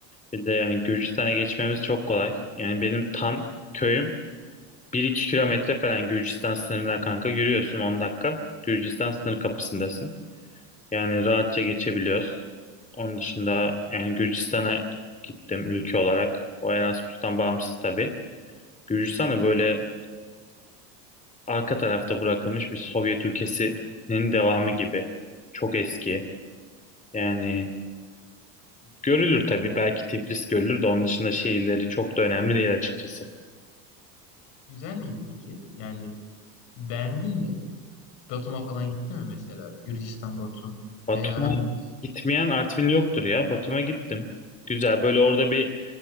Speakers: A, on the left; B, on the left.
A: bir de yani Gürcistan'a geçmemiz çok kolay. Yani benim tam köyüm bir iki kilometre falan Gürcistan sınırına kanka yürüyorsun 10 dakika. Gürcistan sınır kapısındasın. Yani rahatça geçebiliyoruz. Onun dışında yani Gürcistan'a gittim ülke olarak. O Erasmus'tan bağımsız tabii. Gürcistan da böyle arka tarafta bırakılmış bir Sovyet ülkesinin devamı gibi. Çok eski. Yani görülür tabii. Belki Tiflis görülür de onun dışında şehirleri çok da önemli değil açıkçası.
B: Güzel miydi peki? Yani beğendin mi? Batum'a falan gittin mi mesela? Gürcistan, Batum
A: Batum'a
B: veya hani
A: gitmeyen Artvin yoktur ya. Batum'a gittim. Güzel. Böyle orada bir